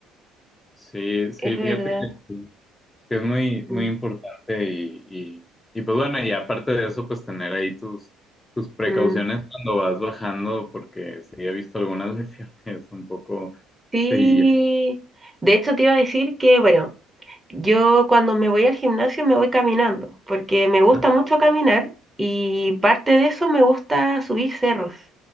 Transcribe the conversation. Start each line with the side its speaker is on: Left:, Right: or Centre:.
Left: Sí, sí,
Right: es verdad.
Left: fíjate que, sí, que es muy, muy
Right: Mm,
Left: importante y, y, y pues bueno, y aparte de eso, pues tener ahí tus, tus precauciones
Right: mm,
Left: cuando vas bajando, porque sí he visto algunas <laughs> lesiones un poco
Right: sí.
Left: seguidas.
Right: De hecho, te iba a decir que, bueno, yo cuando me voy al gimnasio me voy caminando, porque me gusta
Left: Ah,
Right: mucho caminar y parte de eso me gusta subir cerros.